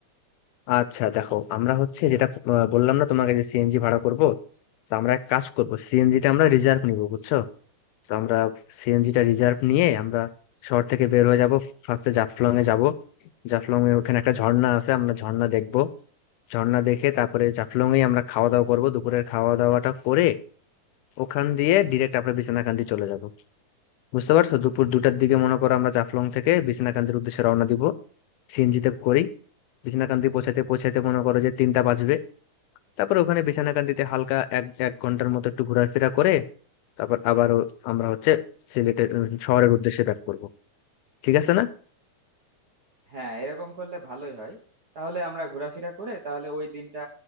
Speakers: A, on the left (about 80°); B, on the right (about 55°).
A: আচ্ছা দেখো আমরা হচ্ছে যেটা আহ, বললাম না তোমাকে যে সিএনজি ভাড়া করব তো আমরা এক কাজ করব সিএনজিটা আমরা রিজার্ভ নিব বুঝছো তো আমরা সিএনজিটা রিজার্ভ নিয়ে আমরা শহর থেকে বের হয়ে যাব ফার্স্টে জাফলং এ যাব জাফলং এ ওখানে একটা ঝর্ণা আছে আমরা ঝর্ণা দেখব ঝর্ণা দেখে তারপরে জাফলং এ আমরা খাওয়া দাওয়া করব দুপুরের খাওয়া দাওয়াটা করে ওখান দিয়ে ডিরেক্ট আমরা বিছনাকান্দি চলে যাব বুঝতে পারছো দুপুর দুটার দিকে মনে করো আমরা জাফলং থেকে বিছনাকান্দির উদ্দেশ্যে রওনা দিব সিএনজিতে করেই বিছনাকান্দি পৌঁছাতে পৌঁছাতে মনে করো যে তিনটা বাজবে তারপর ওখানে বিছনাকান্দিতে হালকা এক এক ঘন্টার মতো একটু ঘোরাফেরা করে তারপর আবারও আমরা হচ্ছে সিলেটের উম, শহরের উদ্দেশ্যে ব্যাক করব ঠিক আছে না
B: হ্যাঁ এরকম করলে ভালোই হয় তাহলে আমরা ঘোরাফেরা করে তাহলে ওই দিনটা